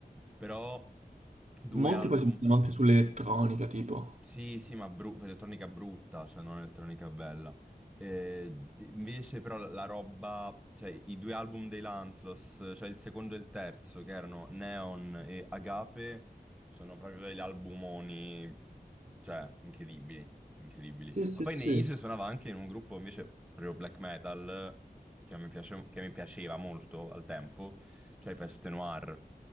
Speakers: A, in the centre; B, on the right.
A: Però due
B: Molti
A: album.
B: poi si mettono anche sull'elettronica, tipo.
A: Sì, sì, ma bru- elettronica brutta, cioè non elettronica bella. Eh, invece però la la roba, cioè i due album dei Lanthlos, cioè il secondo e il terzo, che erano Neon e Agape, sono proprio degli albumoni, cioè, incredibili, incredibili.
B: Sì, sì,
A: Ma poi
B: sì.
A: Neige suonava anche in un gruppo invece proprio black metal, che a me piace- che mi piaceva molto al tempo, cioè i Peste Noir.